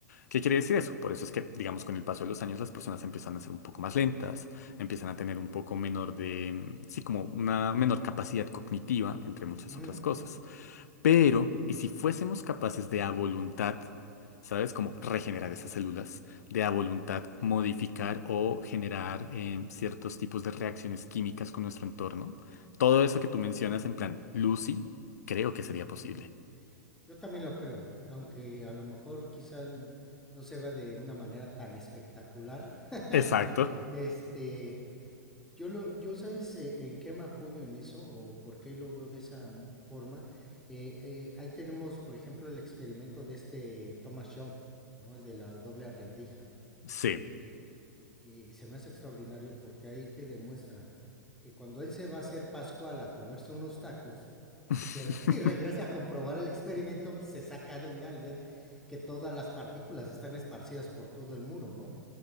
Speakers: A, on the left (about 60°); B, in the centre.
A: ¿Qué quiere decir eso? Por eso es que, digamos, con el paso de los años las personas empiezan a ser un poco más lentas, empiezan a tener un poco menor de, mm, sí, como una menor capacidad cognitiva, entre muchas
B: Ujú,
A: otras cosas. Pero, ¿y si fuésemos capaces de a voluntad, ¿sabes? Como regenerar esas células, de a voluntad modificar o generar eh, ciertos tipos de reacciones químicas con nuestro entorno? Todo eso que tú mencionas en plan Lucy, creo que sería
B: ujú.
A: posible.
B: Yo también lo creo, aunque a lo mejor quizá n- no se vea de una manera tan espectacular. <laughs>
A: Exacto,
B: Este, yo lo, yo sabes eh, en qué me apoyo en eso o por qué lo veo de esa m- forma. Eh, eh, ahí tenemos, por ejemplo, el experimento de este Thomas Young, ¿no? El de la doble rendija.
A: sí.
B: Eh, Y se me hace extraordinario porque ahí que demuestra que cuando él se va a hacer Pascual a comerse unos tacos,
A: <laughs>
B: y, re- <laughs> y regresa a comprobar el experimento, pues, se saca de onda al ver que todas las partículas están esparcidas por todo el muro, ¿no?